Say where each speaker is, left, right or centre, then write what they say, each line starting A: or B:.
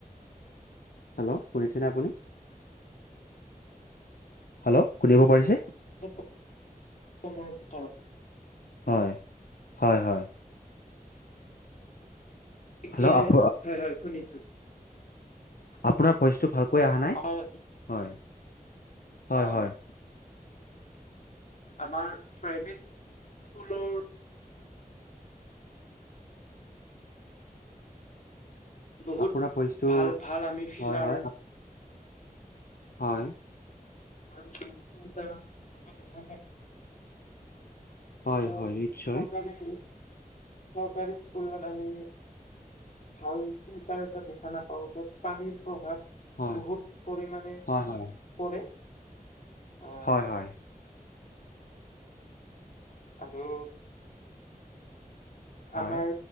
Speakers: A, on the left; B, on the left.
A: হেল্ল' শুনিছেনে আপুনি হেল্ল' শুনিব পাৰিছে।
B: <inaudible> কাৰণে
A: হয়, হয়, হয়।
B: গতিকে,
A: হেল্ল' আপ
B: হয়, হয়, শুনিছো।
A: আপোনাৰ ভইচটো ভালকৈ অহা নাই।
B: আমাৰ
A: হয়, হয়,
B: অ'
A: হয়।
B: আমাৰ প্ৰাইভেট স্কুলৰ বহুত
A: আপোনাৰ ভইচটো
B: ভাল ভাল আমি ফিল্ডাৰ
A: হয়, হয়, আপ- হয়।
B: ভাল ভাল চা এনেকুৱা দেখা পায়
A: হয়,
B: এইটো
A: হয়, নিশ্চয়
B: চৰকাৰী, চৰকাৰী স্কুলত আমি ভাল ফিল্টাৰ এটা দেখা নাপাও য'ত পানীৰ। প্ৰভাৱ
A: হয়।
B: বহুত পৰিমাণে
A: হয়, হয়,
B: পৰে। আহ
A: হয়, হয়।
B: আৰু
A: হয়।
B: আমাৰ